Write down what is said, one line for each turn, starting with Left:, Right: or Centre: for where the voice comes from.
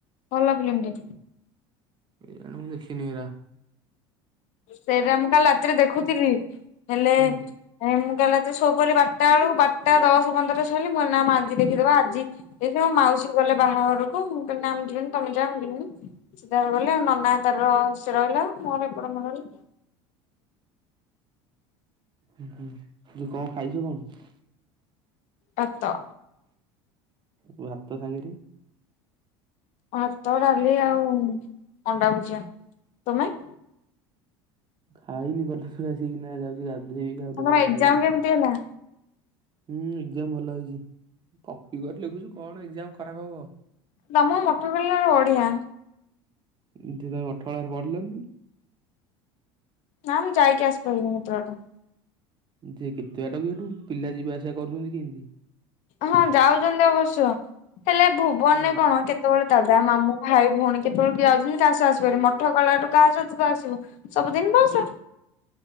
Left: ଭଲ ଫିଲ୍ମଟେ।
Right: କେଜାଣି ମୁଁ ଦେଖିନି ଏଇଗୁରା।
Left: ସେରା ମୁଁ କାଲି ରାତିରେ ଦେଖୁଥିଲି ହେଲେ।
Right: ହୁଁ
Left: ନାଇଁ ମୁଁ କାଲି ରାତିରେ ଶୋଇପଡ଼ିଲି ବାରଟା ବେଳକୁ ବାରଟା ଦଶ ପନ୍ଦର ରେ ଶୋଇଲି ମୁଁ ଆଜି ଦେଖିଦେବା ଆଜି। ଏ ଯୋଉ ମାଉସୀ ଗଲେ ବାହାଘରକୁ ମୁଁ କହିଲି ନା ମୁଁ ଯିବିନି ତମେ ଯା ମୁ ଯିବିନି। ସେ ତାର ଗଲେ ଆଉ ନନା ତାର ସେ ରହିଲା ମୋର ଏପଟେ ମୁଁ ରହିଲି।
Right: ହୁଁ ହୁଁ ଇଏ କଣ ଖାଇଛ କଣ।
Left: ଭାତ।
Right: ଭାତ ସାଙ୍ଗରେ।
Left: ଭାତ ଡାଲି ଆଉ ଅଣ୍ଡା ଭୁଜିଆ ତମେ।
Right: ଖାଇନି ଗଲେ ସେ ଆସିକିନା ଯାଉଛି। ଗାଧେଇବି ଆଉ ଟିକେ
Left: ଆପଣଙ୍କ
Right: ପରେ ଖାଇବି।
Left: ଏକ୍ଜାମ କେମିତି ହେଲା।
Right: ହୁଁ ଏକ୍ଜାମ୍ ଭଲ ହେଇଛି କପି କରି ଲେଖୁଛି କଣ ଏକ୍ଜାମ୍ ଖରାପ ହବ।
Left: ତମକୁ ମଟରକୋଲାରେ ବଢିଆ।
Right: ଏମିତି ତମେ ଅଠରନଳା ରେ ପଢିଲନି।
Left: ନାଁ ମୁଁ ଯାଇକି ଆସି ପାରିବିନି ଏତେ ବାଟ।
Right: ଯେ କେତେ ବାଟ କି ଏଇଠୁ ପିଲା ଯିବାଆସିବା କରୁଛନ୍ତି କେମିତି‌।
Left: ହଁ ଯାଉଛନ୍ତି ଅବଶ୍ୟ ହେଲେ ଭୁବନରେ
Right: ହୁଁ
Left: କଣ କେ। କେତେବେଳେ ଦାଦା ମାମୁଁ ଭାଇ ଭଉଣୀ କେତେବେଳେ କିଏ ଆଉଛନ୍ତି କାହା ସହ ଆସିପାରିବୁ ମଠ ଗଲାଠୁ କାହା ସ ତୁ ଆସିବୁ। ସବୁଦିନ ବସ୍।